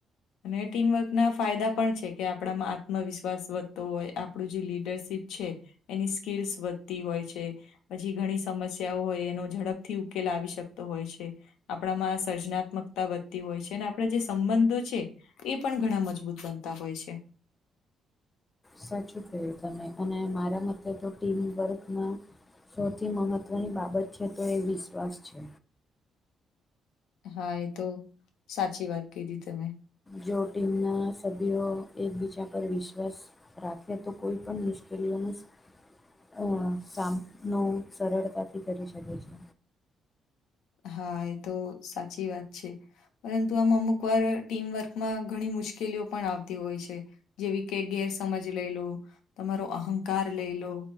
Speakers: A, on the left; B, on the left.
A: અને ટીમવર્કના ફાયદા પણ છે કે આપણામાં આત્મવિશ્વાસ વધતો હોય આપણું જે લીડરશીપ છે એની સ્કીલ્સ વધતી હોય છે પછી ઘણી સમસ્યાઓ હોય એનો ઝડપથી ઉકેલ આવી શકતો હોય છે આપણામાં સર્જનાત્મકતા વધતી હોય છે અને આપણા જે સંબંધો છે એ પણ ઘણા મજબૂત બનતા હોય છે
B: સાચું કહ્યુ તમે અને મારા મથે તો ટીમ વર્કમાં સૌથી મહત્ત્વની બાબત છે તો એ વિશ્વાસ છે.
A: હા એ તો સાચી વાત કીધી તમે
B: જો ટીમના સભ્યો એકબીજા પર વિશ્વાસ રાખેએ તો કોઈ પણ મુશ્કેલીઓનું અ સામનો સરળતાથી કરી શકે છે.
A: હા એ તો સાચી વાત છે. પરંતુ આમ અમુક વાર ટીમવર્કમાં ઘણી મુશ્કેલીઓ પણ આવતી હોય છે. જેવી કે ગેરસમજ લઈ લો તમારો અહંકાર લઈ લો